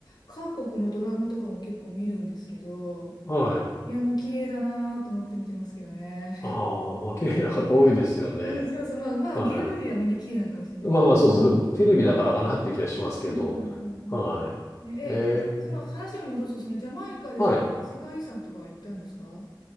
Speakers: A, on the left; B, on the left.
A: 韓国のドラマとかも結構見るんですけど、
B: はい。
A: いやもう綺麗だなと思って見てますけどね。
B: ああ、まあ、綺麗な方多いですよね。
A: <laughs> うん、そうそう。まあまあ芸能人はみんな綺麗なのかもしれないですけど。
B: はい。まあまあ、そうそう、テレビだからかなっていう気がしますけど、
A: うんうんうんうん。
B: はい。
A: ね、
B: えー、
A: え、で、その話を戻すと、そのジャマイカではなんか世界遺産とかは行ったんですか
B: はい。